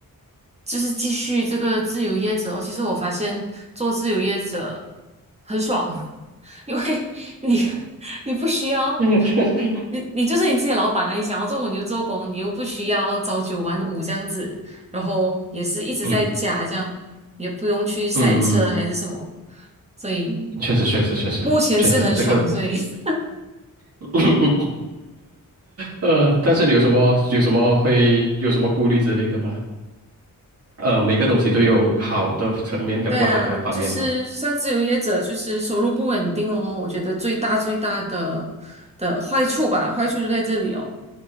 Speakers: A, on the right; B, on the right.
A: 就是继续这个自由业者哦。其实我发现做自由业者很爽，<laughs> 因为你你不需要，
B: <laughs>
A: 你你就是你自己的老板啊，你想要做工你就做工，你又不需要朝九晚五这样子，然后也是一直在家这样，
B: 嗯
A: 也不用去塞车还是什么，
B: 嗯嗯，
A: 所以
B: 确实确实确实确实，
A: 目前是很爽，
B: 这个
A: 所以 <laughs>。
B: <laughs> 呃，但是你有什么有什么会有什么顾虑之类的吗？呃，每个东西都有好的层面跟不好的方面嘛。
A: 对啊，就是像自由业者，就是收入不稳定哦。我觉得最大最大的的坏处吧，坏处就在这里哦。